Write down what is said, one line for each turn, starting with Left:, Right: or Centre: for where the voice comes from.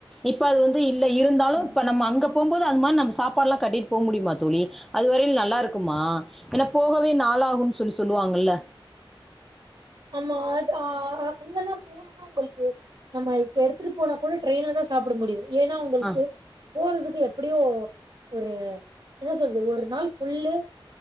Centre: இப்ப அது வந்து இ இருந்தாலும்
Right: ஆமா
Centre: இப்ப நம்ம அங்க போம்போது அது மாதிரி நம்ம சாப்பாடுலாம் கட்டிட்டு போ முடியுமா தோழி அது வரையில நல்லா இருக்குமா ஏனா போகவே நாள் ஆகும் சொல்லி சொல்லுவாங்கல்ல
Right: ஆமா அ அங்கனா போகணும்னா உங்களுக்கு நம்ம எடுத்துட்டு போனா கூட ட்ரெயின்ல தான் சாப்பிட முடியும் ஏன்னா உங்களுக்கு
Centre: ஆ,
Right: போறதுக்கு எப்ப எப்படியும் ஒரு என்ன சொல்றது ஒரு நாள் புஃல்லு